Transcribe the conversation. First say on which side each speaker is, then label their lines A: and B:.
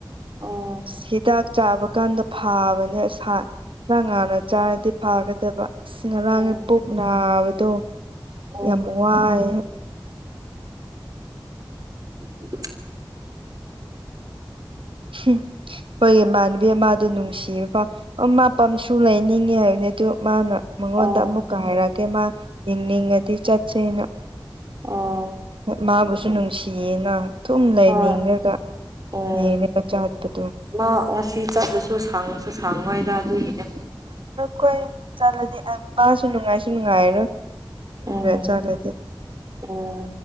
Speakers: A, on the right; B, on the right.
A: ꯎꯝ
B: ꯁꯤꯗꯥꯠ ꯆꯥꯕ ꯀꯥꯟꯗ ꯐꯥꯕꯅꯦ ꯑꯁ ꯈꯔ ꯉꯥꯟꯅ ꯆꯥꯔꯗꯤ ꯐꯥꯒꯗꯕ ꯉꯔꯥꯡꯒꯤ
A: ꯎꯝ
B: ꯄꯨꯛ ꯅꯥꯕꯗꯣ
A: ꯎꯝ
B: ꯌꯥꯝ ꯋꯥꯏ
A: <unintelligible>
B: ꯎꯝ <unintelligible> ꯑꯩꯈꯣꯏꯒꯤ ꯏꯃꯥꯟꯅꯕꯤ ꯑꯃꯗꯣ ꯅꯨꯡꯁꯤꯕ ꯄꯥꯎ ꯑꯣ ꯃꯥ ꯄꯝꯁꯨ ꯂꯩꯅꯤꯡꯉꯤ ꯍꯥꯏꯕꯅꯦ ꯑꯗꯨ ꯃꯥꯅ ꯃꯉꯣꯟꯗ
A: ꯑꯣ
B: ꯑꯃꯨꯛꯀ ꯍꯥꯏꯔꯛꯀꯦ ꯃꯥ ꯌꯦꯡꯅꯤꯡꯉꯗꯤ ꯆꯠꯁꯦꯅ
A: ꯑꯣ
B: ꯃꯥꯕꯨꯁꯨ ꯅꯨꯡꯁꯤꯌꯦꯅ ꯗꯨꯝ ꯂꯩꯅꯤꯡꯉꯒ
A: ꯍꯣꯏ ꯎꯝ
B: ꯌꯦꯡꯉꯒ ꯆꯥꯠꯄꯗꯣ
A: ꯃꯥ ꯉꯁꯤ ꯆꯠꯂꯁꯨ ꯁꯪꯉꯁꯨ ꯁꯪꯉꯣꯏꯗ ꯑꯗꯨꯒꯤꯅꯦ
B: ꯈꯣꯏ ꯆꯠꯂꯗꯤ ꯃꯥꯁꯨ ꯅꯨꯡꯉꯥꯏꯁꯨ ꯅꯨꯡꯉꯥꯏꯔꯣꯏ <unintelligible>
A: ꯎꯝ
B: ꯆꯠꯂꯗꯤ <unintelligible>
A: ꯎꯝ